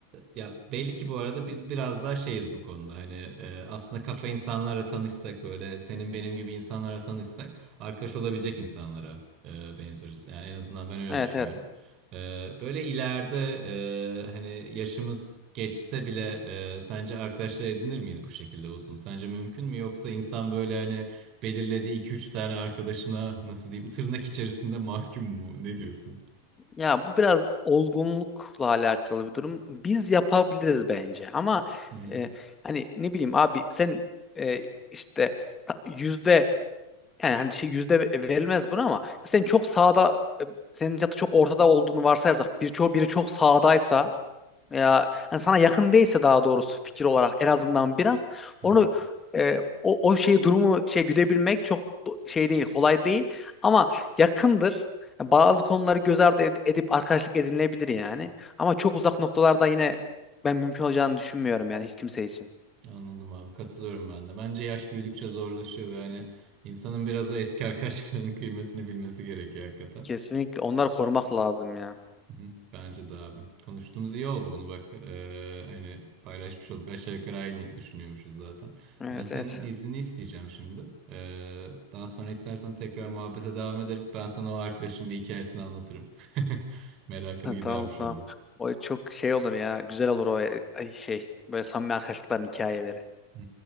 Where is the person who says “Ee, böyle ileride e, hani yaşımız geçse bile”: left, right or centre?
Right